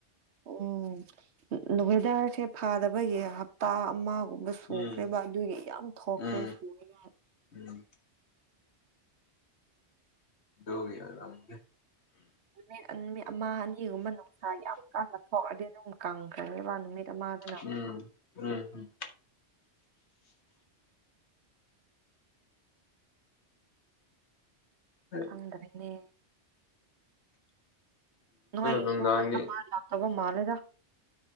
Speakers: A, on the right (about 75°); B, on the left (about 75°).
A: ꯎꯝ ꯋꯦꯗꯔꯁꯦ ꯐꯥꯗꯕꯒꯤ ꯍꯞꯇꯥ ꯑꯃꯒꯨꯝꯕ ꯁꯣꯛꯈ꯭ꯔꯦꯕ
B: ꯎꯝ
A: ꯑꯗꯨꯒꯤ ꯌꯥꯝ ꯊꯣꯛꯈ꯭ꯔꯦ
B: ꯎꯝ
A: <unintelligible>
B: ꯎꯝ ꯗꯨꯒꯤ ꯌꯥꯔꯝꯗꯦ
A: ꯅꯨꯃꯤꯠ ꯑꯟꯕꯤ ꯑꯃ ꯑꯅꯤꯒꯨꯝꯕ ꯅꯨꯡꯁꯥ ꯌꯥꯝ ꯀꯥ ꯍꯦꯟꯅ ꯊꯣꯛꯑꯗꯤ ꯑꯗꯨꯝ ꯀꯪꯈ꯭ꯔꯅꯦꯕ ꯅꯨꯃꯤꯠ ꯑꯃꯗꯨꯅ
B: ꯎꯝ ꯎꯝ ꯑꯗꯨ
A: ꯈꯪꯗꯔꯦꯅꯦ ꯅꯣꯏꯒꯤꯁꯨ
B: ꯅꯨꯡꯗꯥꯡꯗꯤ
A: ꯀꯁꯇꯃꯔ ꯂꯥꯛꯇꯕ ꯃꯥꯜꯂꯦꯗꯥ